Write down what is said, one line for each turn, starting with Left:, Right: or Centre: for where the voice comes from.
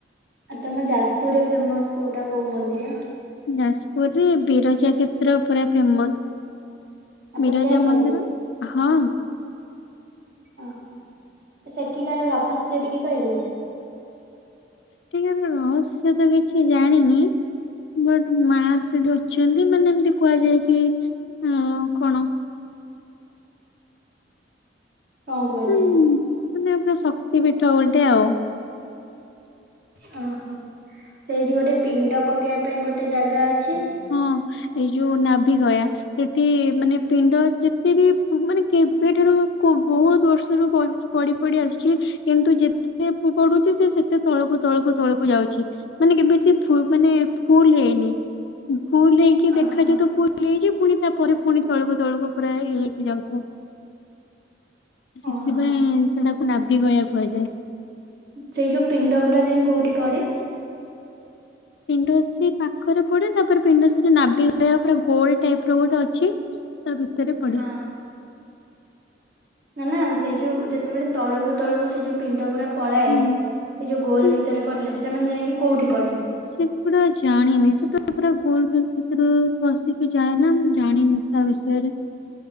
Right: ଆଉ ତମ ଯାଜପୁରରେ ଫେମସ୍ କୋଉଟା କୋଉ ମନ୍ଦିର?
Left: ଯାଜପୁରରେ ବିରଜା କ୍ଷେତ୍ର ପୁରା ଫେମସ।
Right: ଆପଣ
Left: ବିରଜା
Right: ଯାଇଛନ୍ତି?
Left: ମନ୍ଦିର ହଁ।
Right: ଓହୋ ସେଠିକାର ରହସ୍ୟ ଟିକେ କହିବେ?
Left: ସେଠିକାର ରହସ୍ୟ ତ କିଛି ଜାଣିନି, ବଟ ମା ସେଠି ଅ ଅଛନ୍ତି ମାନେ ଏମିତି କୁହାଯାଏ କି ଅ କଣ?
Right: କଣ କୁହାଯାଏ?
Left: ହୁଁ, ମାନେ ପୁରା ଶକ୍ତି ପୀଠ ଗୋଟେ ଆଉ।
Right: ଓହୋ, ସେଇଠି ଗୋଟେ ପିଣ୍ଡ ପକେଇବା ପାଇଁ ଗୋଟେ ଜାଗା ଅଛି
Left: ହଁ ଏଇ ଯୋଉ ନାଭିିଗୟା ସେଠି ମାନେ ପିଣ୍ଡ ଯେତେ ବି ମାନେ କେବେଠାରୁ କହୁ ବହୁତ ବର୍ଷରୁ ପଡ଼ି ପଡ଼ି ଆସିଛି କିନ୍ତୁ ଯେତେ ପଡୁଛି ସେ ସେତେ ତଳକୁ ତଳକୁ ତଳକୁ ଯାଉଛି। ମାନେ କେବେ ସେ ଫୁଲ୍ ମାନେ ଫୁଲ୍ ହେଇନି। ଭୁଲ ହେଇକି ଦେଖାଯାଉ
Right: ଓହୋ
Left: ତ ଭୁଲ ହେଇଛି ପୁଣି ତାପରେ ପୁଣି ତଳକୁ ତଳକୁ ପୁରା ଇକି ଯାଉଥିବ। ସେଥିପାଇଁ
Right: ଓହୋ
Left: ସେଟାକୁ ନାଭିି ଗୟା କୁହାଯାଏ।
Right: ସେଇ ଯୋଉ ପିଣ୍ଡ ଗୁରା ଯାଇ କୋଉଠି ପଡେ?
Left: ପିଣ୍ଡ ସେଇ ପାଖରେ ପଡେ ତାପରେ ପିଣ୍ଡ ସେଠି ନାଭିଗୟା ପୁରା ଗୋଲ ଟାଇପ ର ଗୋଟେ ଅଛି ତା ଭିତରେ ପଡେ।
Right: ହଁ ନା ନା ସେଇ ଯୋଉ ଯେତେବେଳେ ତଳକୁ ତଳକୁ ସେ ଯୋଉ ପିଣ୍ଡ ଗୁରା ପଳାଏ
Left: ହୁଁ
Right: ଏ ଯଉ ଗୋଲ
Left: ସେ
Right: ଭିତରେ ପଡିଲା ସେଇଟା ମାନେ ଯାଇକି କଉଠି ପଢ଼େ?
Left: ସେ ଗୁଡା ଜାଣିନି ସେ ତ ପୁରା ଗୋଲ ଗୋଲ ଭିତରେ ପସିକି ଯାଏ ନା ମୁଁ ଜାଣିନି ତା ବିଷୟରେ।